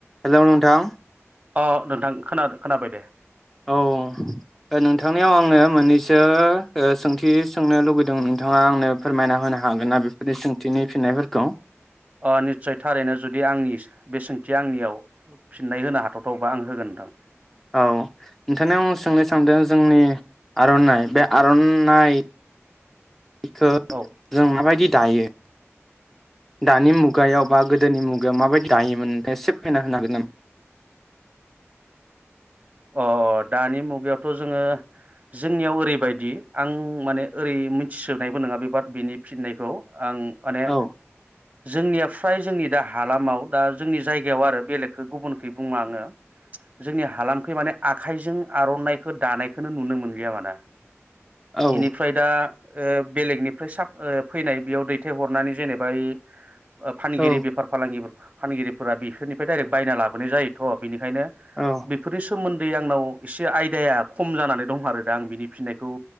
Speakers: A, in the centre; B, on the right.
A: Hello नोंथां।
B: अ नोंथां खोनादों खोनाबाय दे‌।
A: औ। दा नोंथांनियाव आंनो मोन्नै दो ओ सोंथि सोंनो लुुबैदों नोंथाङा आंनो फोरमायना होनो हागोन ना बेफोरनि सोंथिनि फिन्नायफोरखौ?
B: अ निस्सय थारैनो जुदि आंनि बे सोंथि आंनियाव फिन्नाय होनो हाथावथावबा आं होगोन नोंथां।
A: औ नोंथांनिआव आं सोंनो सानदों जोंनि आर'नाइ बे आर'नाइ बेखो
B: औ
A: जों माबायदि दायो दानि मुगायाव बा गोदोनि मुगायाव माबायदि दायोमोन नोंथाङा से फैना होनो हागोन नामा?
B: अ अ दानि मुगायावथ' जोङो जोंनियाव ओरैबायदि आं माने ओरै मिथिसोब नायबो नङा बेबाद बिनि फिन्नायखौ आं आने
A: औ
B: जोंनिया फ्राय जोंनि दा हालामाव दा जोंनि जायगायाव आरो बेलेगखो गुबुनखै बुङा आङो जोंनि हालाम आखाइजों आर'नाइखौ दानायखोनो नुनो मोनलिया माना।
A: औ
B: इनिफ्राय दा‌ ओ बेलेगनिफ्राय साब‌ ओ फैनाय बेयाव दैथायहरनानै जेनेबा ऐै ओ फानगिरि
A: औ
B: बेफार फालांगिफोर फानगिरिफोरा बिसोरनिफ्राय डाइरेक्ट बायना लाबोनाय जायोथ' बिनि ओंखायनो
A: औ
B: बे नि सोमोन्दै आंनाव एसे आयदाया खम जानानै दं आरो दा आं बिनि फिननायखौ